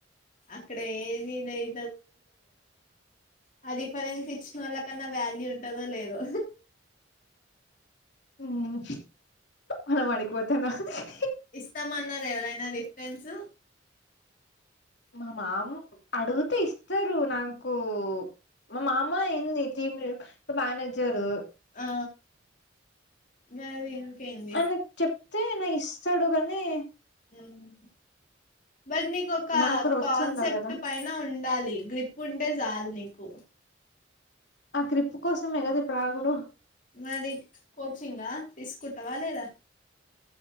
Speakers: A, on the left; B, on the left.
A: అక్కడ ఏ ఆ రిఫరెన్స్ ఇచ్చిన వాళ్ళ కన్నా వ్యాల్యూ వత్తాదో లేదో
B: మ్మ్ అలా వాన్ని కొడతాన్న <unintelligible>
A: ఇస్తామన్నారు ఎవరైనా రిఫరెన్స్
B: మా మామ్ అడుగుతే ఇస్తారు నాకు మా మామే ఎంది టీమ్ కు మేనేజరు
A: ఆ మరి ఇంకేంది
B: తనకి చెప్తే నే ఇస్తాడు గాని
A: అవున్ బట్ నీకు ఒక
B: మనకు వచ్చి
A: కాన్సెప్ట్
B: ఉండాలి కదా
A: పైన ఉండాలి గ్రిప్ ఉంటే చాలు నీకు
B: ఆ గ్రిప్ కోసమే కదా ఇప్పుడు ఆగుడు
A: మరి కోచింగ్ ఆ తీసుకుంటావా లేదా